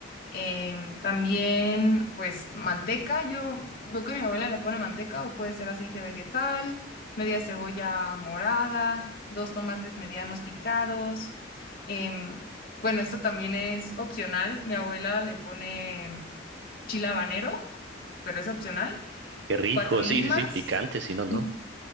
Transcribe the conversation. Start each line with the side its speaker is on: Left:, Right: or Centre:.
Left: Em, también, pues, manteca. Yo veo que mi abuela le pone manteca o puede ser aceite vegetal, media cebolla morada, dos tomates medianos picados. Em, bueno, esto también es opcional. Mi abuela le pone chile habanero, pero es opcional.
Right: Qué rico,
Left: Cuatro limas.
Right: sí, sí, sí, picante, si no, no.
Left: <laughs>